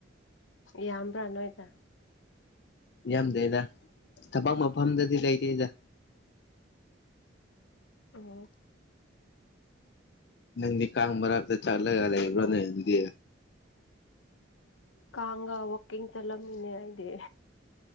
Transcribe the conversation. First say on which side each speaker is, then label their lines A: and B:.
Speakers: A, on the left; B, on the left.
A: ꯌꯦ ꯌꯥꯝ꯭ꯔꯥꯅꯣꯣꯏꯗ
B: ꯌꯥꯝꯗ꯭ꯔꯦꯗ ꯊꯕꯛ ꯃꯐꯝꯗꯗꯤ ꯂꯩꯇꯦꯗ
A: ꯑꯣ
B: ꯅꯪꯗꯤ ꯀꯥꯡ ꯃꯔꯛꯇ ꯆꯥꯠꯂꯒ ꯂꯩꯕ꯭ꯔꯅꯦ ꯑꯗꯨꯗꯤ
A: ꯀꯥꯡꯒ ꯋꯥꯀꯤꯡ ꯆꯠꯂꯝꯃꯤꯅꯦ ꯑꯩꯗꯤ